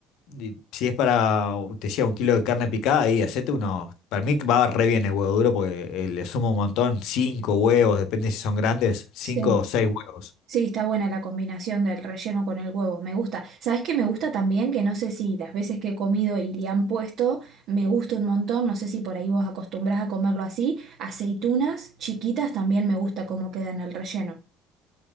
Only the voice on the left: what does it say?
y Si es para, te decía, un kilo de carne picada, ahí hacete unos. Para mí va re bien el huevo duro porque eh, le sumo un montón. Cinco huevos, depende si son grandes, cinco
o seis huevos.